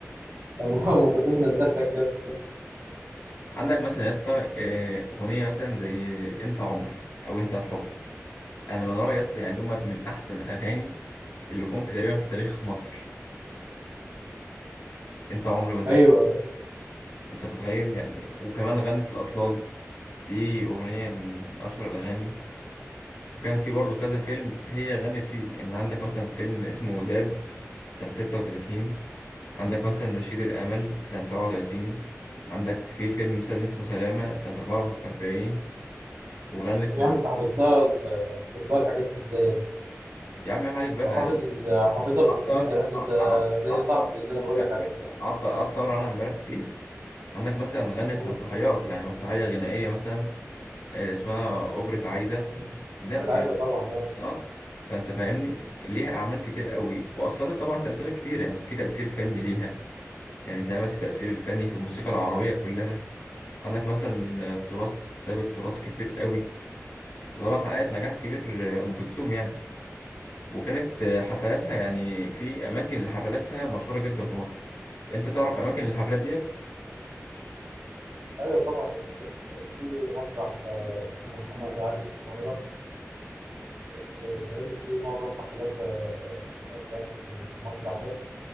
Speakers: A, on the right; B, on the left.
A: <laughs> أما ام كلثوم نزلها تراك جامد.
B: عندك مثلا يا اسطى آه، اغنيه مثلا زي انت عمري او انت الحب انا من رايي يا اسطى يعني دمت من احسن الاغاني اللي جم في تقريبا في تاريخ مصر انت عمري وانت
A: ايوه
B: الحب انت متخيل يعني وكمان غنت الاطلال دي اغنيه من اشهر الاغاني وكان في برضه كذا فيلم هي غنت فيه يعني عندك مثلا فيلم اسمه وداد سنه 36 عندك مثلا نشيد الامل سنه 37 عندك في فيلم مثلا اسمه سلامه سنه 44 وغنت في
A: يا
B: مصر
A: عم انت حافظ لها ال- حافظ لها الحاجات دي ازاي
B: يا عم عيب عليك بقى
A: وحافظ حافظها بالسنين
B: عطر
A: كمان ده
B: ع-
A: انت
B: ع-
A: زي
B: عطر
A: صاحبي اللي انا بقول لك عليه ده
B: عطر عطر انا امبارح كتير عندك مثلا غنت
A: مم.
B: في مسرحيات يعني مسرحيه غنائيه مثلا آه، اسمها اوبرا عايده
A: مم.
B: لا
A: كانت
B: دي
A: عايده طبعا آه.
B: اه فانت فاهمني ليها اعمال كتير قوي واثرت طبعا تاثيرات كتير يعني في تاثير فني ليها يعني ساهمت في التاثير الفني في الموسيقى العربيه كلها عندك مثلا آه، تراث سابت تراث كتير قوي وطبعا حققت نجاح كبير آه، ام كلثوم يعني وكانت آه، حفلاتها يعني في اماكن لحفلاتها مشهوره جدا في مصر انت تعرف اماكن الحفلات ديت
A: ايوه طبعا كان في مسرح آه، اسمه محمد علي في القاهره كانت بتغني فيه معظم حفلاتها هناك يعني في مسرح ده